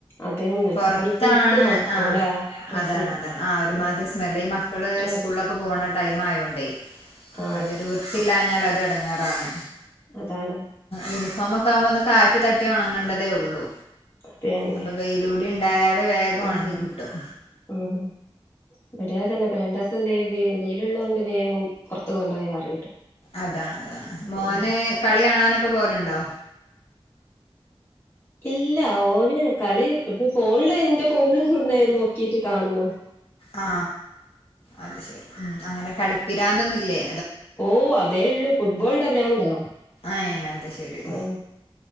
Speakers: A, on the left (about 25°); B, on the left (about 70°).
A: അത് തന്നെ
B: പൊറത്താണ്
A: ഒരു പുഴുക്ക് മണക്കൂലേ
B: ആ
A: ഡ്രസ്സിന്
B: അതാണ് അതാണ് ആ ഒരുമാതിരി
A: ഉം
B: സ്മെല്ല് ഈ മക്കള്.
A: ആ
B: സ്കൂളിലൊക്കെ പോണ ടൈം ആയോണ്ടേ
A: ആ
B: അതൊരു വൃത്തിയില്ലാഞ്ഞാൽ അത് എടങ്ങേറാണ്.
A: അതാണ്.
B: യൂണിഫോമം ഒക്കെ ആകുമ്പോ ഒന്ന് കാറ്റ് തട്ടിയാ ഉണങ്ങേണ്ടതേ ഉള്ളൂ.
A: അത് തന്നെ
B: അപ്പൊ വെയിലൂടി ഉണ്ടായാല് വേഗം
A: ഉം
B: ഉണങ്ങി കിട്ടും.
A: ഉം ഇവിടെ അതന്നെ രണ്ടുദിവസം അല്ലേ വെയിലുള്ളതോണ്ട് വേഗം പൊറത്ത് കൊണ്ടുപോയ് ആറിയിടും.
B: അതാണ് അതാണ് മോന്
A: ഉം
B: കളി കാണാനൊക്കെ പോവലുണ്ടോ?
A: ഇല്ല ഓന് കളി ഫോണില് എന്റെ ഫോണില് നിന്നാ നോക്കിട്ട് കാണുന്നെ.
B: ആ അത് ശരി ഉം അങ്ങനെ കളി പിരാന്തൊന്നുവില്ലേ?
A: ഓ അതേ ഉള്ളൂ ഫുട്ബോളിന്റെ ഭ്രാന്താ
B: ഏഹ് അത് ശരി
A: ആ.